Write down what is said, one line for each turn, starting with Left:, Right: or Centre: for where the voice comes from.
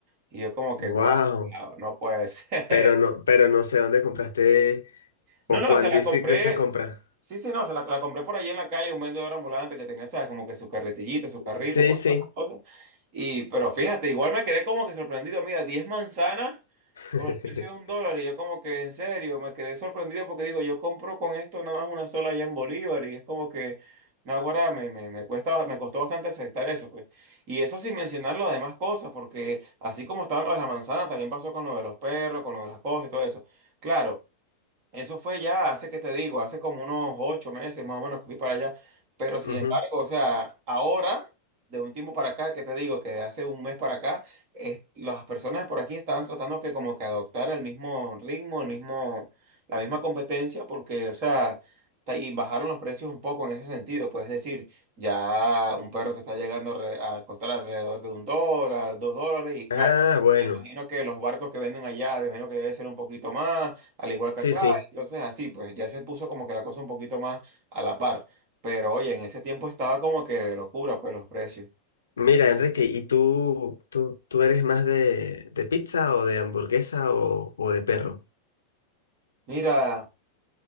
Right: Y yo como que,
Left: Wow.
Right: guau, no, no puede ser.
Left: Pero
Right: <laughs>
Left: no, pero no sé dónde compraste o
Right: No, no,
Left: cuándo
Right: se la
Left: hiciste
Right: compré,
Left: esta compra.
Right: sí, sí, no, se la, la compré por allí en la calle, un vendedor ambulante que tenía, sabes, como que su carretillito, su carrito,
Left: Sí,
Right: con
Left: sí.
Right: todas esas cosas. Y, pero fíjate, igual me quedé como que sorprendido, mira, 10 manzanas.
Left: <laughs>
Right: Por el precio de un dólar, y yo como que en serio me quedé sorprendido porque digo, yo compro con esto nada más una sola allá en Bolívar, y es como que, naguará, me, me, me cuesta, me costó bastante aceptar eso, pues. Y eso sin mencionar las demás cosas, porque así como estaba lo de la manzana, también pasó con lo de los perros, con lo de las cosas y todo eso. Claro, eso fue ya hace que te digo, hace como unos ocho meses más o menos que fui para allá. Pero sin
Left: Ujú.
Right: embargo, o sea, ahora, de un tiempo para acá, que te digo que de hace un mes para acá, es- las personas por aquí estaban tratando que como que adoptar el mismo ritmo, el mismo, la misma competencia, porque, o sea, ta- y bajaron los precios un poco en ese sentido. Pues es decir, ya un perro te está llegando a re- a costar alrededor de un dólar, dos dólares, y
Left: Ah,
Right: claro,
Left: bueno.
Right: me imagino que los barcos que venden allá, me imagino que debe ser un poquito más al igual
Left: Sí,
Right: que acá.
Left: sí.
Right: Entonces así, pues ya se puso como que la cosa un poquito más a la par. Pero oye, en ese tiempo estaba como que de locura, pues los precios.
Left: Mira, Enrique, ¿y tú, tú, tú eres más de, de pizza o de hamburguesa o, o de perro?
Right: Mira,